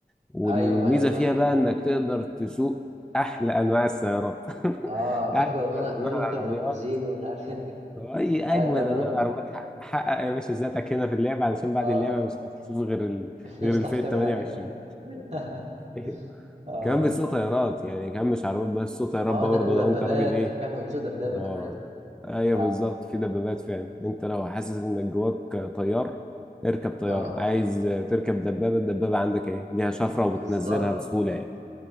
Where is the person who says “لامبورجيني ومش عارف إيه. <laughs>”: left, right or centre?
Right